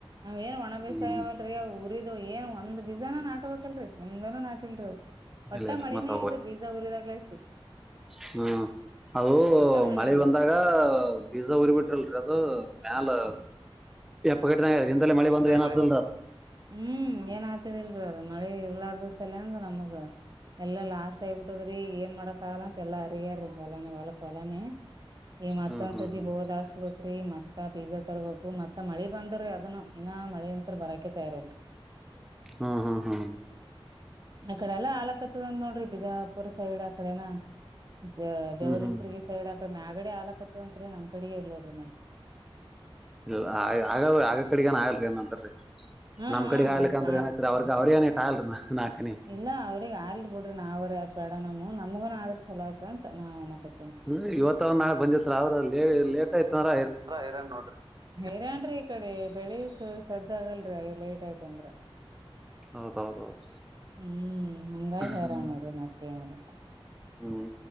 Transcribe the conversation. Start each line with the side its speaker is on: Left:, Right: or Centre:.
Right: ಹು ಏನ ಒಣ ಬೇಸಾಯಾ
Centre: ಹ್ಮ್
Right: ಅವಲ್ರಿ ಊರಿದು ಏನ್ ಒಂದ್ ಬಿಜಾನು ನಾಟಬೇಕಲ್ಡ್ರಿ ಒಂದ ನಾಟಿಲ್ಡ್ರಿ ಅವು. ಒಟ್ಟ
Centre: ಇಲ್ಲ ಇಲ್ರಿ
Right: ಮಳೇನ
Centre: ಮತ್ತ
Right: ಇಲ್ಲರಿ ಬೀಜಾ ಊರಿದಾಗ್ಲಾಸಿ.
Centre: ಹ್ಮ ಅದು
Right: ಒಟ್ಟ
Centre: ಮಳಿ
Right: ಇಲ್ರಿ
Centre: ಬಂದಾಗ ಬೀಜ ಉರಿ ಬಿಟ್ರಲ್ರಿ ಅದು ಮ್ಯಲ್ ಎಪ್ಪಘಟ ಆಗ್ಯಾದ್ರಿ ಹಿಂದಲೆ ಮಳಿ ಬಂದ್ರ ಏನತದಲ್ರಿ
Right: ಮಳೆ ಬಂತ
Centre: ಅದ
Right: ಹ್ಮ್ ಏನ್ ಆತದಿಲ್ರರಿ ಅದ್ ಮಳಿ ಇರ್ಲಾರದ ಸಲ್ಯಾಂದ ನಮಗ ಎಲ್ಲಾ ಲಾಸ್ ಆಗಿ ಬಿಟ್ಟದ್ರಿ ಏನ್ ಮಾಡಕ್ ಆಗಲ್ಲ ಅಂತ ಎಲ್ಲ ಹರಿಗ್ಯಾರೀ ಹೊಲಾನ ಹೊಲಕ್ ಹೊ ಎಲ್ಲನೆ ಈ ಮತ್ತೊಂದ್ಸತಿ
Centre: ಹ್ಮ್ ಹ್ಮ್ ಹ್ಮ್
Right: ಬೋದಹಾಕ್ ಸ್ಬೇಕ್ರೀ ಮತ್ತ ಪೀಜಾ ತರ್ಬೇಕು ಮತ್ತ ಮಳಿ ಬಂದ್ರೀ ಅದನ್ನು ಇನ ಮಳೆ ಅಂತ ಹತ್ರ ಬರಾಕ್ಕೆ ತಯಾರಿಲ್ರಿ.
Centre: ಹ್ಮ ಹಾ ಹಾ
Right: ಅಕಡೆಲ್ಲಾ ಆಲಕತ್ತದಂದ್ ನೋಡ್ರಿ ಬಿಜಾಪುರ್ ಸೈಡ್ ಅಕಡೆನಾ. ಜ ದೇವರಹಿಪ್ಪರಗಿ
Centre: ಹ್ಮ್ ಹ್ಮ್
Right: ಸೈಡ್ ಆಕಡ ಮ್ಯಗಡೆ ಆಲಕತ್ ಅಂತ್ರಿ ನಮ್ ಕಡೆ ಇರ್ಲೋಡ್ರಿ ಮ
Centre: ಇಲ್ಲ ಆ ಆಗಾದ ಆಗ ಕಡಿಗೆನ್ ಆಗ್ಲ್ಲ್ರಿ ಏನಂತರಿ
Right: ಹ್ಮ್
Centre: ನಮ್
Right: ಹ್ಮ್
Centre: ಕಡಿಗ್ ಆಗ್ಲಿಕಂದ್ರ
Right: ಆ
Centre: ಏನ <unintelligible> ಅವರ್ಗ್ ಅವ್ರಿಗನ <unintelligible> ನಾಕ ಹನಿ.
Right: ಇಲ್ಲ ಅವ್ರಗ್ ಆರ್ಲಿ ಬುಡ್ರಿ ನಾವರ ಯಾಕ್ ಬ್ಯಾಡ ಅನಮ್ಮು ನಮ್ಮುಗುನು ಆದ್ರ ಚಲೋ ಆತದ ಅಂತ ನಾವ್ ಅನ್ಕತ್ತೀನಿರಿ.
Centre: ಇಲ್ರಿ ಇವತ್ತರ ನಾಳೆ ಬಂದಿತ್ ಆದ್ರ ಲೇಟ್ ಆಯಿತಂದ್ರ
Right: ಹೈರಾಣ್ ನೋಡ್ರಿ ಹೈರಾಣ್ರೀ ಈ ಕಡೆ ಬೆಳಿ ಸ ಸಜ್ಜ ಆಗಲ್ರರಿ ಲೇಟ್ ಆಯಿತ್ ಅಂದ್ರ.
Centre: ಹೌದೌದೌದು
Right: ಹ್ಮ್ ಹಂಗಾಗಿ ಹೈರಾಣ
Centre: ಹ್ಮ್
Right: ನೋಡ್ರಿ ಮತ್ತೆನಿಲ್ಲ.
Centre: ಹ್ಮ್